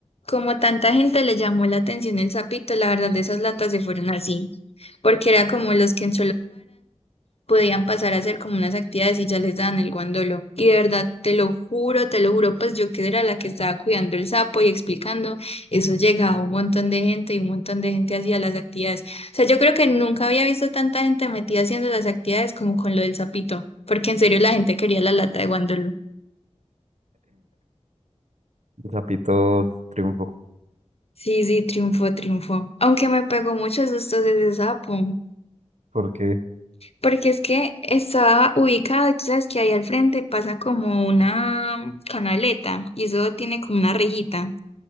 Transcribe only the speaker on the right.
El sapito triunfó.
¿Por qué?